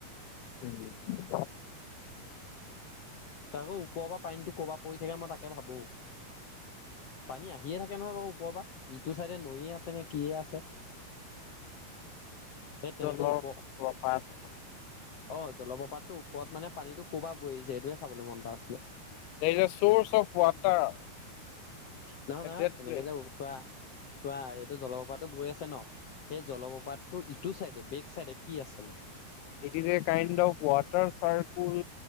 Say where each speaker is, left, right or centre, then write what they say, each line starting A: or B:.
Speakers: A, on the left (about 80°); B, on the left (about 60°).
A: উম <unintelligible>
B: তাকো ওপৰৰ পৰা পানীটো ক'ৰ পৰা পৰি থাকে মই তাকে ভাবো। পানী আহিয়ে থাকে নহয় বাৰু ওপৰৰ পৰা, ইটো চাইডে নৈয়ে আছে নে কিয়ে আছে। <inaudible> সেই তেনেকে
A: জল-প্ৰপাত।
B: ওপৰ অ', জলপ্ৰপাতটো ওপৰত মানে পানীটো ক'ৰ পৰা পৰিছে, সেইটোহে চাবলৈ মন এটা আছিলে।
A: There is a source of water.
B: নহয়
A: এট
B: নহয়
A: দেট
B: এনেকে
A: প্লেচ।
B: যে চোৱা চোৱা এইটো জলপ্ৰপাতো বৈ আছে ন। সেই জলপ্ৰপাতটো ইটো চাইডে বেক চাইডে কি আছেনো।
A: It is a kind of water circle